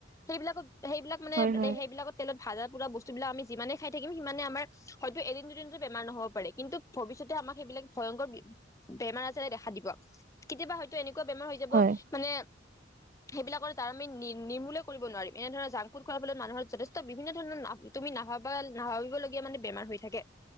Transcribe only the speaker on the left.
সেইবিলাকত সেইবিলাক ক মানে
সেইবিলাকত তেলত ভজা পুৰা বস্তুবিলাক আি যিে খাই থাকিম সিমানে আমাৰ হয় এদিন <unintelligible> বেমাৰ নহ'ব পাৰে, কিন্তু ভৱিষ্যতে আমাক সেইবিলাক ভয়ংকৰ বেমাৰ আ দেখা দিব কেতিয়াবা হয়তো এনেকুৱা বেমাৰ হৈ যাব
মানে সেইবিলাকৰ তাৰ আমি নি নিৰ্মূলে কৰিব নোৱাৰিম এনেধৰণৰ জাংফুড খোৱা <unintelligible> মানুহৰ যথেষ্ট বিভিন্ন ধৰণৰ তুমি নাভাবা নাভাবিবলগীয়া মানে বেমাৰ হৈ থাকে।